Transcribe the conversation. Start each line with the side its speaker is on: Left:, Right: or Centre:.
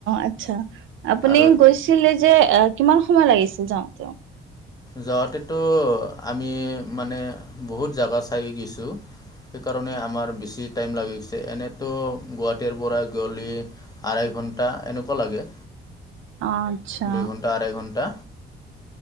Right: আচ্ছা আপুনি
Left: আৰু
Right: গৈছিলে যে আহ কিমান সময় লাগিছিল যাওঁতে?
Left: যাওঁতেটো আমি মানে বহুত জাগা চাই গৈছো। সেইকাৰণে আমাৰ বেছি টাইম লাগি গৈছে। এনে তো গুৱাহাটীৰ পৰা গলি আঢ়ৈ ঘণ্টা এনেকুৱা লাগে।
Right: আচ্ছা।
Left: দুই ঘণ্টা আঢ়াই ঘণ্টা।